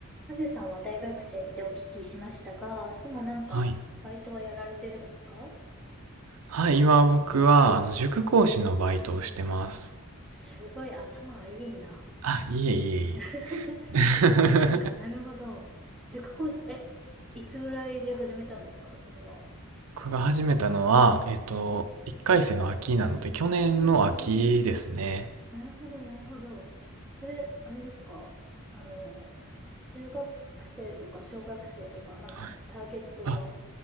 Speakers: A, in the centre; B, on the right.
A: ハゼさんは大学生ってお聞きしましたが、今なんか、
B: はい。
A: バイトはやられてるんですか
B: はい、今僕は、あの、塾講師のバイトをしてます。
A: あ、すごい頭がいいんだ。
B: あ、いえいえい
A: <laughs>
B: え。
A: そうかそうか、なるほど。塾講師、え、いつぐらいで始めたんですかそれは。
B: <laughs> 僕が始めたのは、えっと、1回生の秋なので、去年の秋ですね。
A: うんうんうん。あ、なるほどなるほど。それ、あれですかあの、中学生とか小学生とか、なんか、
B: はい。
A: ターゲットは、
B: あ、